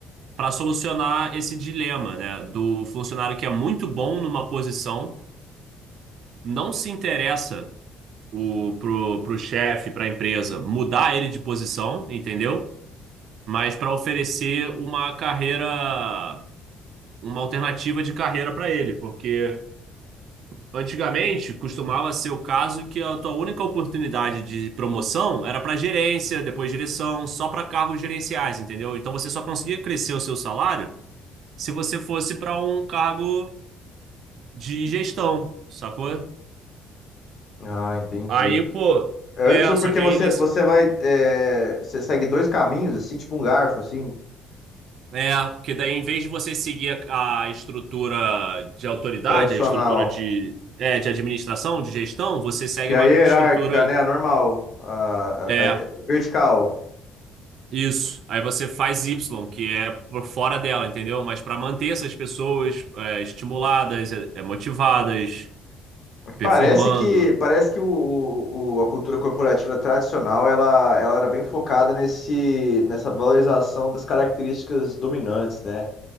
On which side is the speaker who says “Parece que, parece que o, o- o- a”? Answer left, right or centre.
Left